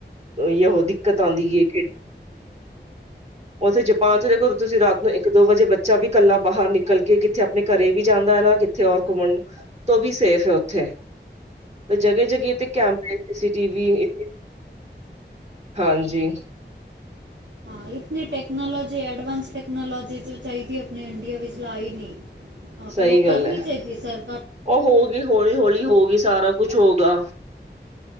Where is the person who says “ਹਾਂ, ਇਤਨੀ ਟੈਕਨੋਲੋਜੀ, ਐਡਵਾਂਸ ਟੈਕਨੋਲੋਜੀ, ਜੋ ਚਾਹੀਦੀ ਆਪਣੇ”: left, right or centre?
Right